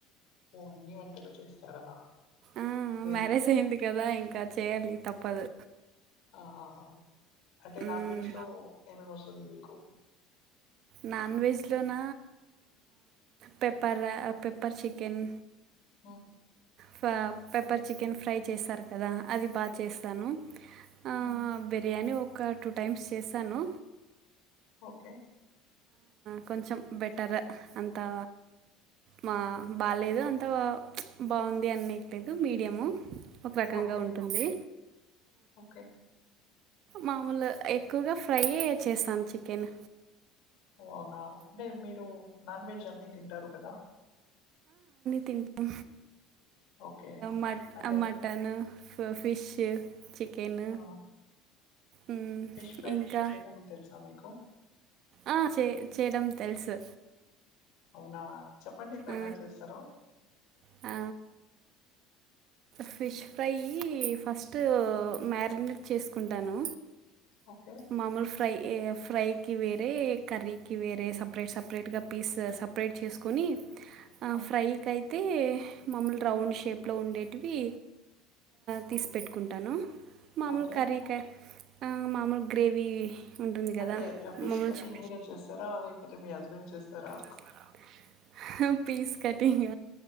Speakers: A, on the left (about 65°); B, on the right (about 60°).
A: ఓ అన్ని వంటలు చేస్తారా
B: ఆ
A: గ్రేట్
B: మ్యారేజ్ అయింది కదా ఇంకా చేయాలి తప్పదు
A: ఆ ఆ ఆ అంటే
B: మ్మ్.
A: నాన్ వెజ్లో ఏమేమి వస్తుంది మీకు
B: నాన్ వెజ్లోన పెప్పర పెప్పర్ చికెన్
A: ఉ
B: ఫ పెప్పర్ చికెన్ ఫ్రై చేస్తారు కదా అది బా చేస్తాను
A: మ్మ్,
B: ఆ
A: మ్మ్.
B: బిర్యాని ఒక టు టైమ్స్ చేశాను
A: ఓకే
B: కొంచెం బెటర్ అంతా మా బాలేదు అంత బాగుంది అనేయట్లేదు మీడియము ఒక రకంగా
A: ఓకే
B: ఉంటుంది
A: ఓకే
B: మామూలు ఎక్కువగా ఫ్రై యే చేస్తాను చికెన్
A: ఓ అవునా అంటే మీరు నాన్ వెజ్ అన్నీ తింటారు కదా
B: తింటా
A: ఓకే
B: మ
A: అంటే
B: మటను ఫిష్ చికెను
A: ఆ,
B: ఉ
A: ఫిష్ ఫ్రై
B: ఇంకా
A: చేయడం తెలుసా మీకు
B: ఆ చే చేయడం తెలుసు
A: అవునా చెప్పండి ఇకా
B: ఆ!
A: ఎలా చేస్తారో
B: ఆ ఫిష్ ఫ్రై ఫస్ట్ మ్యారినేట్ చేసుకుంటాను
A: ఓకే
B: మామూలు ఫ్రై ఫ్రైకి వేరే కర్రీకి వేరే సపరేట్ సపరేట్గా పీస్ సపరేట్ చేసుకొని ఆ
A: ఉమ్,
B: ఫ్రై కై త్ అయితే మాములు రౌండ్ షేప్లో ఉండేటివి తీసి పెట్టుకుంటాను మామూలు
A: ఓకే
B: కర్రి కె ఆ మామూలు గ్రేవీ ఉంటుంది కదా
A: అంటే ఫిష్
B: మామూలు
A: కటింగ్
B: చ-
A: మీరే చేస్తారా లేకపోతే మీ హస్బెండ్ చేస్తారా
B: చేస్తారా పీస్ కటింగ్